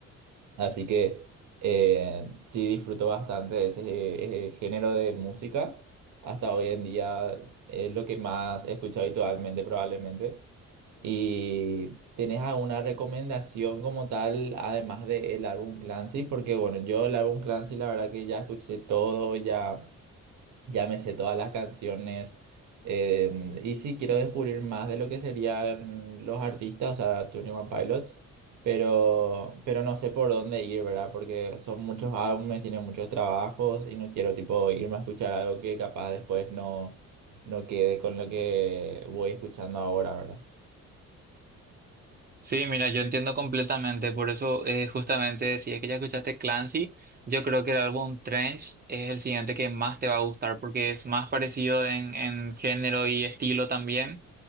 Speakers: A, on the right (about 75°); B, on the right (about 30°).
A: Así que eh, sí disfruto bastante de ese, eh, género de música. Hasta hoy en día es lo que más he escuchado habitualmente probablemente. ¿Y tenés alguna recomendación como tal, además del álbum Clancy? Porque bueno, yo el álbum Clancy la verdad que ya escuché todo, ya... Ya me sé todas las canciones. em, y sí, quiero descubrir más de lo que serían los artistas, o sea, 21 Pilots, pero, pero no sé por dónde ir, ¿verdad? Porque son muchos álbumes, tienen muchos trabajos y no quiero, tipo, irme a escuchar algo que capaz después no, no quede con lo que voy escuchando ahora, ¿verdad?
B: Sí, mira, yo entiendo completamente, por eso eh, justamente si es que ya escuchaste Clancy, yo creo que el álbum Trench es el siguiente que más te va a gustar porque es más parecido en, en género y estilo también.